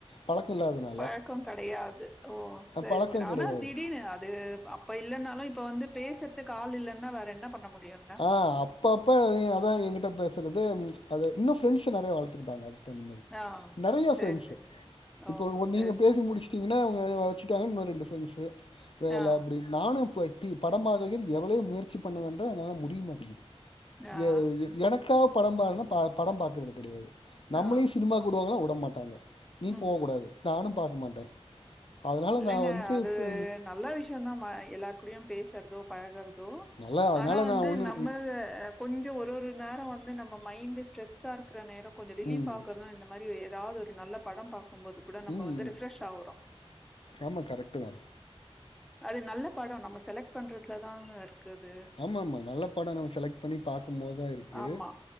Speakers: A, on the left (about 55°); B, in the centre.
A: பழக்க இல்லாதனா
B: பழக்க கெடையாது ஓ செரி
A: பழக்கம்
B: செரி ஆனா
A: கெடையாது
B: திடீர்னு அது ப்ப இல்லனாலு இப்ப வந்து பேசுறதுக்கு ஆள் இல்லன்னா வேற என்ன பண்ண முடியு அங்க
A: அ அப்பப்ப அதா என்கிட்ட பேசுறது அது இன்னு ஃப்ரெண்ட்ஸ் நெறைய வளத்துக்கிட்டாங்க அது அந்த மேரி
B: ஆ
A: நெறைய
B: சரி
A: ஃபிரெண்ட்ஸ்
B: சரி ஓ
A: இப்ப
B: சரி
A: நீங்க பேசி
B: சரி
A: முடிச்சு ச்சிங்னா அவங்க வச்சுட்டாங்க இன்னு ரெண்டு ஃப்ரெண்ட்ஸு வேல
B: ஆ
A: அப்டி நானு இப்ப டி படம் பாக்ககே நீங்க எவ்ளோ முயற்சி பண்ண வந்தே என்னால முடிய மாட்டிக்குது
B: ஆ ஆ.
A: எ எனக்கா படம் பாருன ப படம் பாக்றது கெடையாது நம்மளையு
B: ஆ
A: சினிமாக் வுடுவாங்களா வுட மாட்டாங்க நீ
B: ம்
A: போகக் கூடாது நானு பாக்க மாட்டே அதனால
B: இல்லங்க
A: நா வந்து
B: அது
A: இப்போ
B: நல்ல விஷயம்தா எல்லார் கூடுயு பேசுறதோ பழகுற தோ
A: நல்லா அதனால
B: ஆனா வந்து
A: நா ஒன்னு
B: நம்ம கொஞ்ச ஒரு ஒரு நேர வந்து நம்ம மைண்டு ஸ்ட்ரெஸ்ஸா இருக்கிற நேரோ கொஞ்ச ரிலீப்
A: ம்
B: ஆகறதா இந்த மாரி ஏதாது ஒரு நல்ல படம் பாக்கும்போது கூட நம்ம
A: ம்
B: வந்து
A: ம்
B: ரிப்ரெஷ் ஆவுறோ
A: ஆமா கரெக்ட்டுதா
B: அது நல்ல பட நம்ம செலக்ட் பண்றதுலதாங்க இருக்குது
A: ஆமாமா நல்ல பட நம்ம செலக்ட் பண்ணி பாக்கும்போதா இருக்கு
B: ஆமா